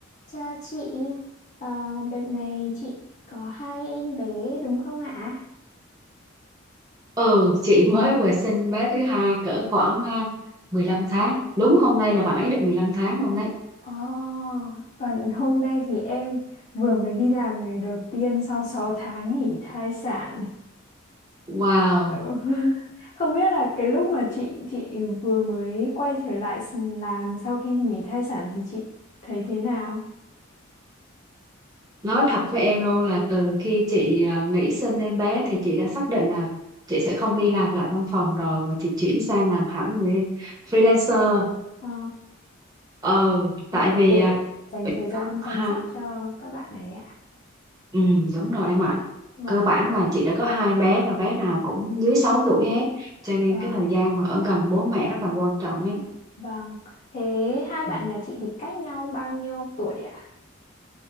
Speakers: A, on the left; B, on the right.
A: Chào chị, Ờ, đợt này chị có hai em bé đúng không ạ?
B: Ừ, chị mới vừa sinh bé thứ hai cỡ khoảng à, 15 tháng. Đúng hôm nay là bạn ấy được 15 tháng luôn đấy.
A: Ồ, Còn hôm nay thì em vừa mới đi làm ngày đầu tiên sau 6 tháng nghỉ thai sản.
B: Wow,
A: Ừ. <laughs> Không biết là cái lúc mà chị chị vừa mới quay trở lại s- làm sau khi nghỉ thai sản thì chị thấy thế nào?
B: nói thật với em luôn là từ khi chị à, nghỉ sinh em bé thì chị đã xác định là chị sẽ không đi làm lại văn phòng rồi mà chị chuyển sang làm hẳn người freelancer.
A: ờ,
B: ờ
A: v-
B: tại vì
A: để
B: à,
A: dành thời gian chăm
B: ha,
A: sóc cho các bạn này ạ.
B: ừ, đúng rồi em ạ.
A: Vâng,
B: Cơ bản là chị đã có hai bé mà bé nào cũng dưới 6 tuổi hết. Cho nên
A: vâng.
B: cái thời gian mà ở gần bố mẹ rất là quan trọng ấy.
A: Vâng, thế hai bạn
B: Ừ.
A: nhà chị thì cách nhau bao nhiêu tuổi ạ?